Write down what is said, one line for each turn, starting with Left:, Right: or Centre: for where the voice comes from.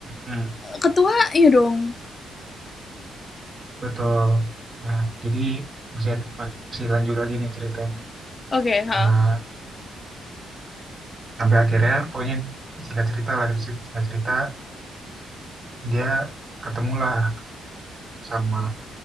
Right: Hmm,
Left: ketua iya dong.
Right: betul. Nah, jadi masih masih lanjut lagi nih ceritanya.
Left: Oke, okay, ha.
Right: Eh, sampai akhirnya pokoknya singkat cerita lah gitu sing- singkat cerita dia ketemulah sama